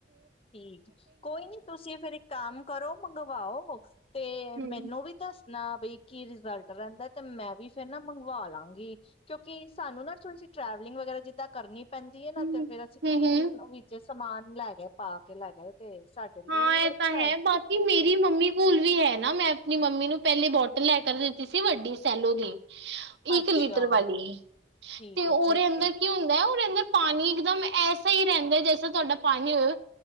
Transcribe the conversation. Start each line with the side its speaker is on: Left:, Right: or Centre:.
Left: ਠੀਕ ਕੋਈ ਨੀ ਤੁਸੀਂ ਫਿਰ ਇੱਕ ਕੰਮ ਕਰੋ ਮੰਗਵਾਓ ਤੇ
Right: ਹੂੰ,
Left: ਮੈਨੂੰ ਵੀ ਦੱਸ ਨਾ ਬਈ ਕੀ ਰਿਜਲਟ ਰਹਿੰਦਾ ਤੇ ਮੈਂ ਵੀ ਫੇਰ ਨਾ ਮੰਗਵਾ ਲਾਂਗੀ ਕਿਉਂਕਿ ਸਾਨੂੰ ਨਾ ਥੋੜੀ ਜੀ ਟਰੈਵਲਿੰਗ ਵਗੈਰਾ ਜਿੱਦਾਂ ਕਰਨੀ ਪੈਂਦੀ ਏ ਨਾ
Right: ਹੂੰ-ਹੂੰ।
Left: ਤੇ ਫੇਰ ਅਸੀਂ ਕੀ ਏ ਅ ਵਿੱਚ ਸਮਾਨ ਲੈ ਕੇ ਪਾ ਕੇ ਲੈ ਗਏ ਤੇ ਸਾਡੇ ਲਈ
Right: ਹਾਂ
Left: ਵੀ
Right: ਇਹ
Left: ਅੱਛਾ
Right: ਤਾਂ ਹੈ ਬਾਕੀ ਮੇਰੀ ਮੰਮੀ ਕੋਲ ਵੀ ਹੈ ਨਾ ਮੈਂ ਆਪਣੀ ਮੰਮੀ ਨੂੰ ਪੈਲੇ ਬੋਟਲ ਲੈ ਕਰ ਦਿੱਤੀ ਸੀ ਵੱਡੀ, ਸੈਲੋ ਦੀ। ਇੱਕ
Left: ਅੱਛਾ
Right: ਲੀਟਰ ਵਾਲੀ
Left: ਠੀਕ
Right: ਤੇ ਔਰੇ
Left: ਹੈ ਠੀਕ
Right: ਅੰਦਰ
Left: ਹੈ
Right: ਕੀ ਹੁੰਦੈ ਔਰੇ ਅੰਦਰ ਪਾਣੀ ਇਕਦਮ ਐਸਾ ਈ ਰਹਿੰਦੈ ਜੈਸੇ ਤੁਆਡਾ ਪਾਣੀ ਔ।